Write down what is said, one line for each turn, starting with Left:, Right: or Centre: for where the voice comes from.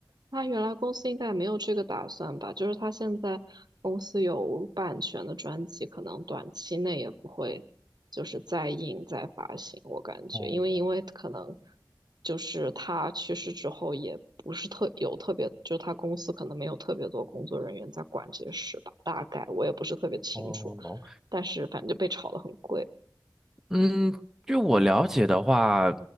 Right: 他原来公司应该也没有这个打算吧？就是他现在公司有版权的专辑，可能短期内也不会就是再印再发行，我感觉，
Centre: 哦
Right: 因为因为可能就是他去世之后，也不是特有特别，就他公司可能没有特别多工作人员在管这些事吧，大概我也不是特别清楚，
Centre: 哦，
Right: 但是反正就被炒得很贵。
Centre: 嗯，据我了解的话，